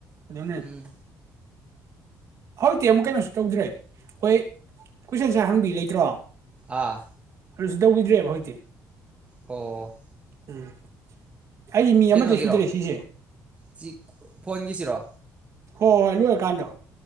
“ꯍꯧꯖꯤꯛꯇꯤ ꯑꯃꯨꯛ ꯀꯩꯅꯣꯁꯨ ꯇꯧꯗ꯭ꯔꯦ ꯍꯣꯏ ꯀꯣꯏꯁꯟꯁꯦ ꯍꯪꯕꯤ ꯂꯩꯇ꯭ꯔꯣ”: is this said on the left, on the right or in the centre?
Right